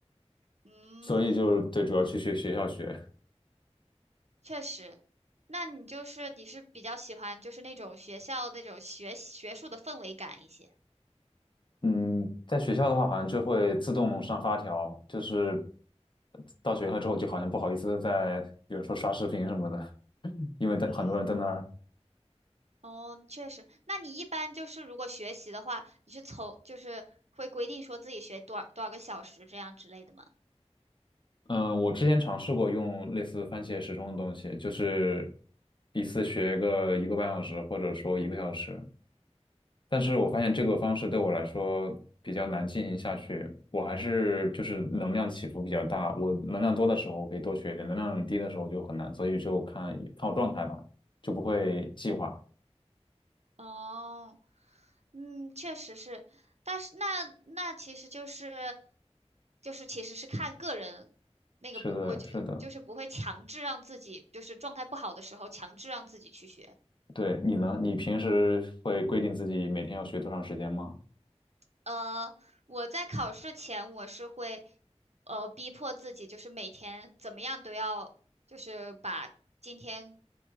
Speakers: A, on the right; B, on the left.
A: 嗯，
B: 所以就对，主要去学学校学。
A: 确实。那你就是你是比较喜欢就是那种学校那种学学术的氛围感一些。
B: 嗯，在学校的话，好像就会自动上发条，就是到学校之后，就好像不好意思再，比如说刷视频什么的，因为在很多人在那儿
A: 嗯，哦，确实。那你一般就是如果学习的话，你是从就是会规定说自己学多少多少个小时这样之类的吗？
B: 嗯，我之前尝试过用类似番茄时钟的东西，就是一次学个一个半小时，或者说一个小时。但是我发现这个方式对我来说比较难进行下去，我还是就是能量起伏比较大。我能量多的时候我可以多学一点，能量低的时候就很难，所以就看看我状态吧，就不会计划。
A: 哦，嗯，确实是。但是那那其实就是就是其实是看个人那个不，
B: 是的，
A: 我就就是不会强制让自己就是状态不好的时候强制让自己去学。
B: 是的，对，你呢？你平时会规定自己每天要学多长时间吗？
A: 呃，我在考试前我是会，呃，逼迫自己，就是每天怎么样都要，就是把今天，